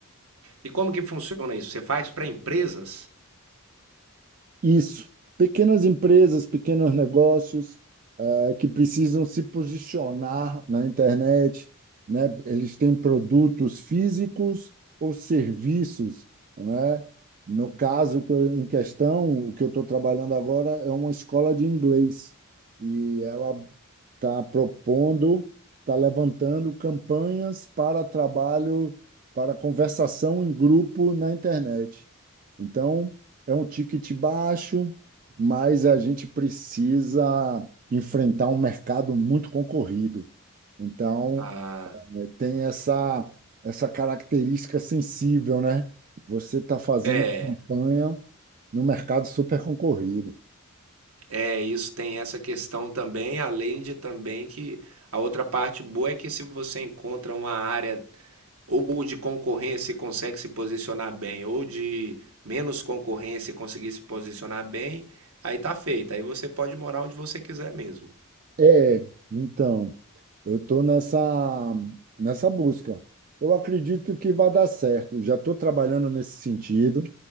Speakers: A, on the right; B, on the right.
A: E como que funciona isso? Você faz para empresas?
B: Isso, pequenas empresas, pequenos negócios eh, que precisam se posicionar na internet, né? Eles têm produtos físicos ou serviços, né? No caso que eu- em questão, o que eu estou trabalhando agora é uma escola de inglês e ela está propondo, está levantando campanhas para trabalho, para conversação em grupo na internet. Então é um ticket baixo, mas a gente precisa enfrentar um mercado muito concorrido. Então,
A: Ah,
B: eh, tem essa, essa característica sensível, né? Você está fazendo
A: é,
B: campanha no mercado super concorrido.
A: é, isso tem essa questão também, além de também que a outra parte boa é que se você encontra uma área ou de concorrência e consegue se posicionar bem, ou de menos concorrência e conseguir se posicionar bem, aí tá feito. Aí você pode morar onde você quiser mesmo.
B: É, então, eu estou nessa, nessa busca. Eu acredito que vai dar certo. Já estou trabalhando nesse sentido.